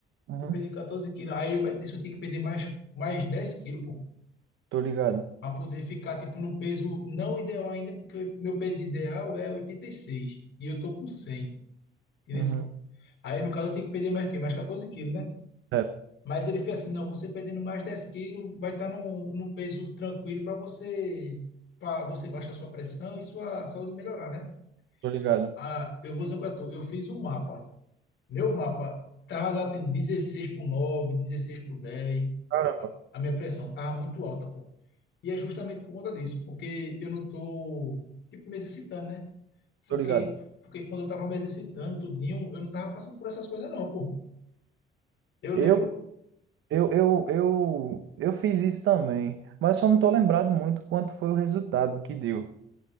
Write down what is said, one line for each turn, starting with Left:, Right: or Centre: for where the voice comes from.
Right: uhum.
Left: eu perdi 14 quilos. Aí o médico disse que eu tinha que perder mais, mais 10 quilos, pô,
Right: Tô ligado.
Left: para poder ficar, tipo, no peso não ideal ainda, porque meu peso ideal é oitenta e seis e eu tô com cem entendeu?
Right: Uhum.
Left: Aí, no caso, eu tenho que perder mais, o quê? mais 14 quilos, né?
Right: É.
Left: Mas ele fez assim, não, você perdendo mais 10 quilos vai estar tá num, num peso tranquilo para você, para você baixar sua pressão e sua saúde melhorar, né?
Right: Tô ligado.
Left: Ah, eu vou dizer o que eu tô, eu fiz um mapa Meu mapa tava batendo 16 por 9, 16 por 10.
Right: Caramba,
Left: A a minha pressão tava muito alta, pô. E é justamente por conta disso, porque eu não tô, tipo, me exercitando, né? Porque,
Right: tô ligado.
Left: porque quando eu tava me exercitando, tudinho, eu não tava passando por essas coisas, não, pô. Eu
Right: Eu,
Left: lembro,
Right: eu, eu, eu, eu fiz isso também, mas só não tô lembrado muito quanto foi o resultado que deu.